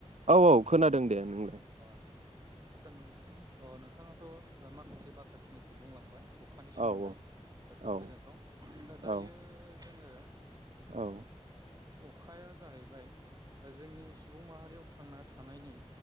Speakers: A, on the right; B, on the right.
A: औ औ खोनादों दे नोंलाय
B: आचसा नोंथां अ नोंथाङाथ‌ ओ माखासे बाथ्राखिनिखौ बुंलांबाय अखानि सोमोन्दै
A: औ
B: खोब
A: औ
B: गोजोनथाव दायो
A: औ
B: जोंङो
A: औ
B: ओ अखाया जाहैबाय जोंनि सुबुं माहारियाव थांना थानायनि